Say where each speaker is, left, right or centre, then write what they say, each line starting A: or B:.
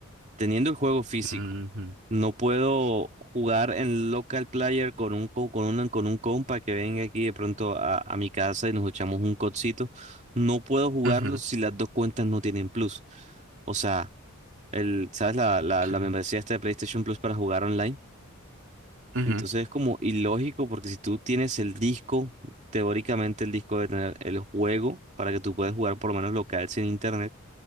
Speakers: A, on the right; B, on the right.
A: Teniendo el juego físico,
B: ujú,
A: no puedo jugar en local player con un, co- con un, con un compa que venga aquí de pronto a, a mi casa y nos echamos un codcito. No puedo jugarlo
B: ujú,
A: si las dos cuentas no tienen plus. O sea, el, ¿sabes la,
B: ok,
A: la, la membresía esta de PlayStation Plus para jugar online?
B: ujú,
A: Entonces es como ilógico porque si tú tienes el disco, teóricamente el disco debe tener el juego para que tú puedas jugar por lo menos local sin internet.